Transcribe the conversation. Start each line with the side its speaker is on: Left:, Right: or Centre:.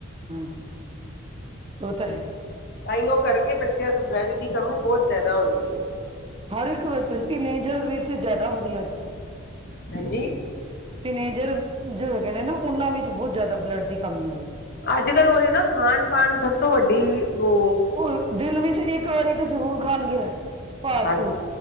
Right: ਹਾਂਜੀ। ਉਹ ਤੇ ਹੈ।
Left: ਤਾਂਓ ਕਰਕੇ ਬੱਚਿਆਂ ਦੇ ਬਲੱਡ ਦੀ ਕਮੀ ਬਹੁਤ ਜਿਆਦਾ ਹੁੰਦੀ ਏ।
Right: ਹਰ ਇੱਕ ਟੀਨੇਜਰ ਵਿੱਚ ਜ਼ਿਆਦਾ ਹੋ ਰਹੀ ਹੈ ਅੱਜ ਕੱਲ੍ਹ
Left: ਹਾਂਜੀ
Right: ਟੀਨੇਜਰ ਜੋ ਹੈਗੇ ਨੇ ਨਾ ਉਹਨਾਂ ਵਿੱਚ ਬਹੁਤ ਜ਼ਿਆਦਾ ਬਲੱਡ ਦੀ ਕਮੀ ਹੋ ਰਹੀ ਹੈ।
Left: ਅੱਜ ਕੱਲ੍ਹ ਉਹੀ ਨਾ ਖਾਣ ਪਾਨ ਸਭ ਤੋਂ ਵੱਡੀ ਵੋ
Right: ਉਹ ਦਿਨ ਵਿੱਚ ਇੱਕ ਵਾਰੀ ਤੇ ਜ਼ਰੂਰ ਖਾਣਗੇ ਫਾਸਟ
Left: ਹਾਂ
Right: ਫੂਡ